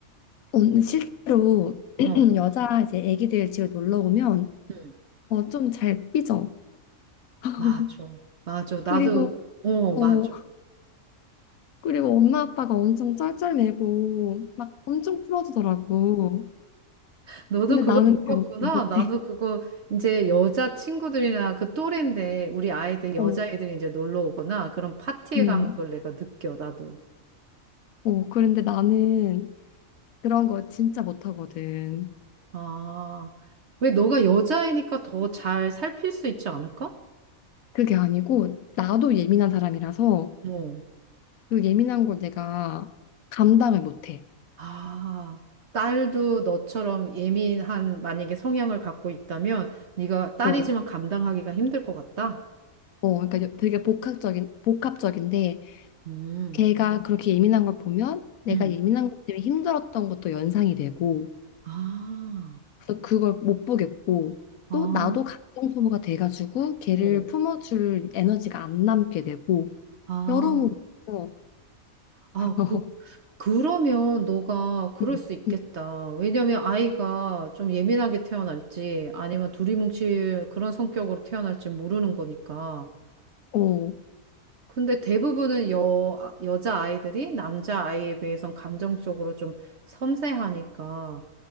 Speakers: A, on the left; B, on the right.
A: 언- 실제로 <clears throat>
B: 어,
A: 여자 이제 애기들 집에 놀러 오면
B: 음,
A: 어, 좀 잘 삐져. <laughs>
B: 맞아, 맞아. 나도,
A: 그리고
B: 어,
A: 어,
B: 맞아.
A: 그리고 엄마 아빠가 엄청 쩔쩔매고 막 엄청 풀어주더라고.
B: 너도
A: 근데
B: 그걸
A: 나는
B: 느꼈구나.
A: 그거 못해.
B: 나도 그거 이제 여자 친구들이나 그 또래인데 우리 아이들 여자애들이
A: 어,
B: 이제 놀러 오거나 그런 파티에
A: 음,
B: 가면 그걸 내가 느껴. 나도.
A: 어, 그런데 나는 그런 거 진짜 못하거든.
B: 아, 왜 너가 여자애니까 더 잘 살필 수 있지 않을까?
A: 그게 아니고 나도 예민한 사람이라서
B: 어.
A: 그 예민한 걸 내가 감당을 못해.
B: 아, 딸도 너처럼 예민한 만약에 성향을 갖고 있다면 네가 딸이지만
A: 어,
B: 감당하기가 힘들 것 같다.
A: 어, 그러니까 되게 복합적인 복합적인데
B: 음.
A: 걔가 그렇게 예민한 걸 보면 내가
B: 음.
A: 예민한 것 때문에 힘들었던 것도 연상이 되고.
B: 아.
A: 그래서 그걸 못 보겠고
B: 아.
A: 또 나도 감정 소모가 돼가지고 걔를
B: 어.
A: 품어줄 에너지가 안 남게 되고
B: 아.
A: 여러모로 <laughs>
B: 아, 그, 그러면 너가 그럴
A: 음,
B: 수 있겠다.
A: 음,
B: 왜냐면 아이가 좀 예민하게 태어날지 아니면 두리뭉칠 그런 성격으로 태어날지 모르는 거니까.
A: 어,
B: 근데 대부분은 여, 아, 여자 아이들이 남자 아이에 비해선 감정적으로 좀 섬세하니까